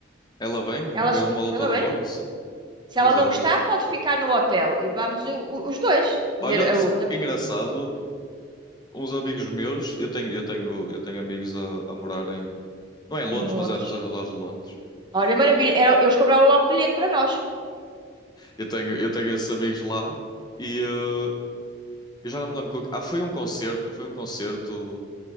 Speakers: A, on the left (about 20°); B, on the right (about 25°).
A: Ela vem
B: ela,
A: viram uma luta
B: ela
A: de
B: vem.
A: boxe,
B: Se
A: mas
B: ela não
A: ela.
B: gostar, pode ficar no hotel e vamos o- o- os dois ver
A: Olha,
B: a
A: s-
B: luta.
A: engraçado, uns amigos meus, eu tenho, eu tenho, eu tenho amigos a, a morar em. Não é em Londres,
B: Em Londres.
A: mas é nos arredores de Londres.
B: Olha, maravilha. Era- Eles cobraram logo o bilhete para nós.
A: Eu tenho, eu tenho esses amigos lá e eh, eu já não me lembro. qual que- Ah, foi um concerto, foi um concerto.